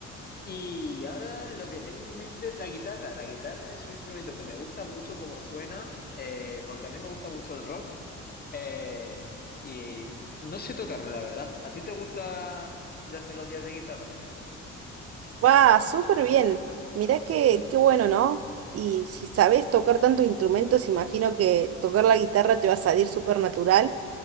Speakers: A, on the left; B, on the right.
A: Y ahora lo que tengo en mente es la guitarra. La guitarra es un instrumento que me gusta mucho como suena, eh, porque a mí me gusta mucho el rock, eh, y no sé tocarlo, la verdad. ¿A ti te gustan las melodías de guitarra?
B: Va, súper bien. Mirá que, qué bueno, ¿no? Y si sabés tocar tantos instrumentos, imagino que tocar la guitarra te va a salir súper natural